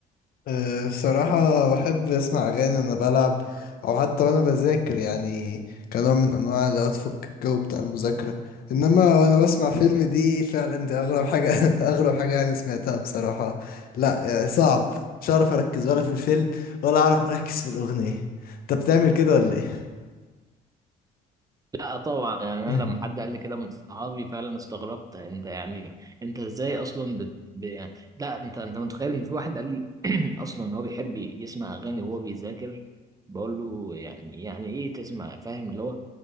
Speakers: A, on the left; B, on the right.
A: أه، بصراحة بحب أسمع أغاني وأنا بلعب أو حتى وأنا بذاكر يعني كنوع من أنواع اللي هو تفك الجو بتاع المذاكرة إنما وأنا بسمع فيلم دي فعلا دي أغرب حاجة <laughs> أغرب حاجة يعني سمعتها بصراحة لا يعني صعب مش هعرف أركز ولا في الفيلم ولا أعرف أركز في الأغنية أنت بتعمل كده ولا إيه؟
B: لا طبعا يعني انا
A: <laughs>
B: لما حد قال لي كده من صحابي فعلا استغربت انت يعني انت ازاي اصلا بت... ب... يعني لا انت انت متخيل ان في واحد قال لي <clears throat> اصلا هو بيحب يسمع اغاني وهو بيذاكر بقول له يعني يعني ايه تسمع فاهم اللي هو